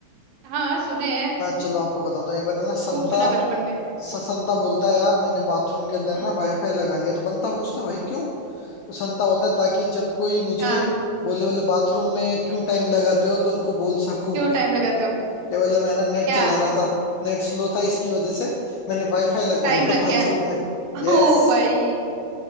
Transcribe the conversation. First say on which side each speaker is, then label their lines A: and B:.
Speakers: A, on the right; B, on the left.
A: हाँ सुने हैं
B: मैं चलो आपको बताता हूँ एक बार है ना संता
A: खूब सुना बचपन में
B: स, संता बोलता है यार मैंने बाथरूम के अंदर
A: हम्म
B: है ना वाईफाई लगा लिया तो बंता पूछता है भाई क्यों तो संता बोलता है ताकि जब कोई मुझे
A: हाँ हाँ
B: बोले बोले बाथरूम में क्यों टाइम लगाते हो तो उनको बोल सकूं
A: क्यों टाइम लगाते हो
B: कि बोले मैं ना नेट
A: क्या
B: चला रहा था नेट स्लो था इसकी वजह से मैंने वाईफाई लगवा
A: टाइम
B: लिया
A: लग
B: <laughs> बाथरूम
A: गया है
B: में यस
A: ओ भाई